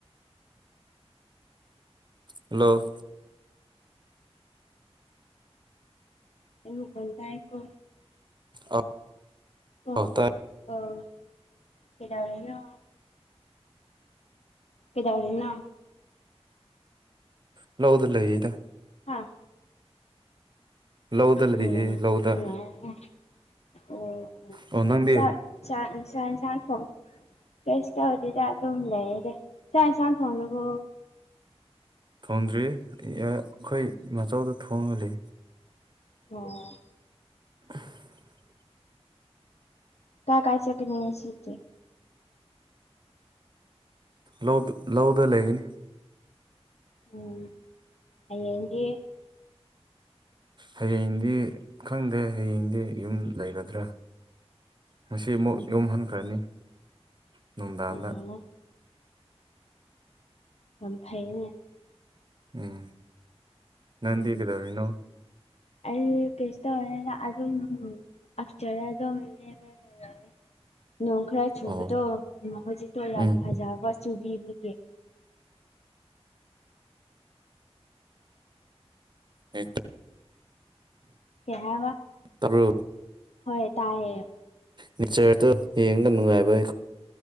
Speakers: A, on the right; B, on the left.
A: ꯍꯜꯂꯣ
B: <unintelligible> ꯇꯥꯏꯌꯦꯀꯣ
A: ꯑ
B: ꯀꯣ
A: ꯇꯥꯏ
B: ꯑꯣ ꯀꯩꯗꯧꯔꯤꯅꯣ ꯀꯗꯧꯔꯤꯅꯣ
A: ꯂꯧꯗ ꯂꯩꯗ
B: ꯍꯥꯥ
A: ꯂꯧꯗ ꯂꯩꯌꯦ
B: ꯑꯣ
A: ꯂꯧꯗ
B: ꯅꯨꯡꯉꯥꯏꯔꯦ ꯑꯣ ꯑꯣ
A: ꯑꯣ ꯅꯪꯗꯤ
B: ꯆ ꯆ ꯆ ꯆꯥꯡ ꯊꯣꯡ ꯀꯩꯁꯨ ꯇꯧꯗꯦꯗ ꯑꯗꯨꯝ ꯂꯩꯌꯦꯗ ꯆꯥꯛ ꯏꯟꯁꯥꯡ ꯊꯣꯡꯉꯕꯣ
A: ꯊꯣꯡꯗ꯭ꯔꯤ ꯑꯩꯈꯣꯏ ꯃꯆꯧꯗ ꯊꯣꯡꯉꯜꯂꯤ
B: ꯑꯣ
A: <unintelligible>
B: ꯀꯥ ꯀꯥꯏ ꯆꯠꯀꯤꯅꯣ ꯉꯁꯤꯗꯤ
A: ꯂꯧ ꯂꯧꯗ ꯂꯩꯒꯅꯤ
B: ꯎꯝ ꯍꯌꯦꯡꯗꯤ
A: ꯍꯌꯦꯡꯗꯤ ꯈꯪꯗꯦ ꯍꯌꯦꯡꯗꯤ ꯌꯨꯝ ꯂꯩꯒꯗ꯭ꯔꯥ ꯉꯁꯤ ꯑꯃꯨꯛ
B: ꯎꯝ
A: ꯌꯨꯝꯍꯟꯈ꯭ꯔꯅꯤ ꯅꯨꯡꯗꯥꯡꯗ
B: ꯑꯣ ꯌꯥꯝ ꯐꯩꯅꯦ
A: ꯎꯝ ꯅꯪꯗꯤ
B: ꯎꯝ
A: ꯀꯩꯗꯧꯔꯤꯅꯣ
B: ꯑꯩ ꯀꯩꯁꯨ ꯇꯧꯗꯦꯗ ꯑꯗꯨꯝ ꯑꯁꯇꯔꯗ ꯑꯗꯨꯝ <unintelligible> ꯅꯣꯡ ꯈꯔ ꯆꯨꯕꯗꯣ
A: ꯑꯣ
B: ꯍꯧꯖꯤꯛꯇꯣ ꯌꯥꯝ
A: ꯎꯝ
B: ꯐꯖꯕ ꯆꯨꯕꯤꯕꯒꯤ꯫
A: <unintelligible>
B: ꯀꯩꯍꯥꯏꯕ
A: ꯇꯥꯕ꯭ꯔꯣ
B: ꯍꯣꯏ ꯇꯥꯌꯦ꯫
A: ꯅꯦꯆꯔꯗꯣ ꯌꯦꯡꯉꯒ ꯅꯨꯡꯉꯥꯏꯕ ꯑꯩ